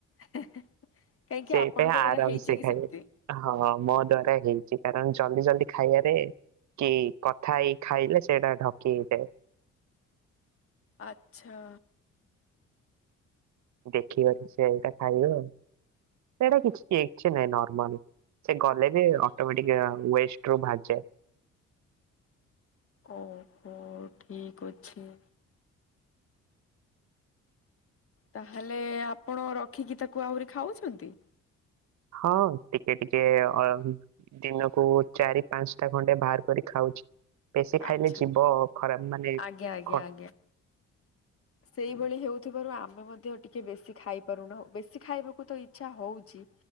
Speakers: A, on the left; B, on the right.
A: କାହିଁକି
B: ସେଇପାଇଁ
A: ଆପଣଙ୍କ
B: ଆରାମ
A: ଦ୍ଵାରା ହେଇଛି
B: ସେ
A: କି
B: ଖାଇବେ।
A: ସେମିତି?
B: ହଁ ମୋ ଦେହରେ ହେଇଛି କାରଣ ଜଲଦି ଜଲଦି ଖାଇବାରେ କି କଥା ହେଇ ଖାଇଲେ ସେଇରା ଢକି ହେଇଯାଏ।
A: ଆଚ୍ଛା।
B: ଦେଖିବା କି ସେ ଏଇଟା ଖାଇବ ଆଉ ସେଇଟା କିଛି ନାଇଁ ନର୍ମାଲ। ସେ ଗଲେ ବି ଅଟୋମେଟିକ ୱଷ୍ଟେ ରୁ ଭାହାରିଯାଏ।
A: ଓହୋ ଠିକ ଅଛି। ତାହେଲେ ଆପଣ ରଖିକି ତାକୁ ଆହୁରି ଖାଉଛନ୍ତି।
B: ହଁ ଟିକେ ଟିକେ ଅ ଦିନକୁ ଚାରି ପାଞ୍ଚଟା ଖଣ୍ଡେ ବାହାର କରି ଖାଉଛି। ବେଶୀ ଖାଇଲେ
A: ଆଚ୍ଛା
B: ଯିବ ଖରାପ ମାନେ
A: ଆଜ୍ଞା ଆଜ୍ଞା
B: ଖ-
A: ଆଜ୍ଞା। ସେଇଭଳି ହେଉଥିବାରୁ ଆମେ ମଧ୍ୟ ଟିକେ ବେଶୀ ଖାଇ ପାରୁନାହୁ ବେଶୀ ଖାଇବାକୁ ତ ଇଚ୍ଛା ହଉଛି।